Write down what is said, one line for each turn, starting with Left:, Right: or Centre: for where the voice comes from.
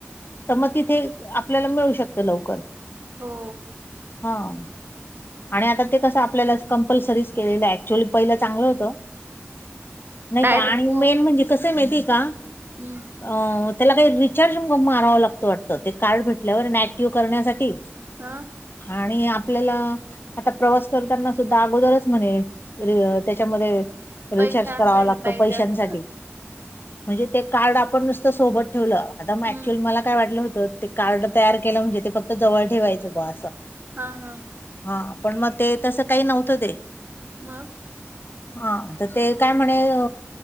Left: तं म तिथे आपल्याला मिळू शकतं लवकर.
Right: हो
Left: हं आणि आता ते कसं आपल्यालाच कंपल्सरीच केलेलं ऍक्च्युअली पहिलं चांगलं होतं. नाही
Right: डायरेक्ट
Left: का आणि मेन म्हणजे कसंये माहितीये का?
Right: हम्म
Left: अं त्याला काही रिचार्ज मारावा लागतं वाटतं ते कार्ड भेटल्यावर ऍक्टिव्ह करण्यासाठी.
Right: हा
Left: आणि आपल्याला आता प्रवास करताना सुद्धा अगोदरच म्हणे री त्याच्यामध्ये रिचार्ज
Right: पैसा
Left: करावा
Right: असायला
Left: लागतो
Right: पाहिजे
Left: पैशांसाठी.
Right: असं
Left: म्हणजे ते कार्ड आपण नुसतं सोबत ठेवलं आता मग ऍक्च्युअली
Right: हम्म
Left: मला काय वाटलं होतं ते कार्ड तयार केलं म्हणजे ते फक्त जवळ ठेवायचं बॉ असं.
Right: हा हा
Left: हा पण म ते तसं काही नव्हतं ते.
Right: मग
Left: हा तं ते काय म्हणे अ